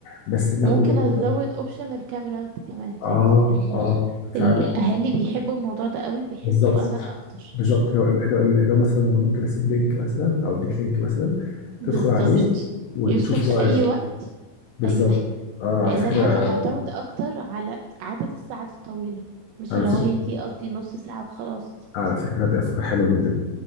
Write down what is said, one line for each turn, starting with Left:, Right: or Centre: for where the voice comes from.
Left: بس لو
Right: وممكن
Left: لو
Right: ازود
Left: لو
Right: اوبشن الكاميرات كمان فاهمني
Left: اه
Right: ال...
Left: اه فعلا
Right: الاهالي بيحبوا الموضوع ده قوي بيحسوا
Left: بالظبط
Right: بامان اكتر
Left: بالظبط لو لو لو مثلا انا ممكن اسيب لينك مثلا او اديك لينك مثلا
Right: بالظبط
Left: تدخل عليه وتشوف
Right: يدخل في
Left: لايف
Right: اي وقت
Left: بالظبط
Right: ايوه
Left: اه
Right: لان
Left: على فكره
Right: انا هبقى معتمدة اكتر على عدد الساعات الطويلة مش
Left: على
Right: اللي
Left: فكره
Right: هو يجي يقضي نص ساعة وخلاص
Left: على فكره دي افكار حلوه جدا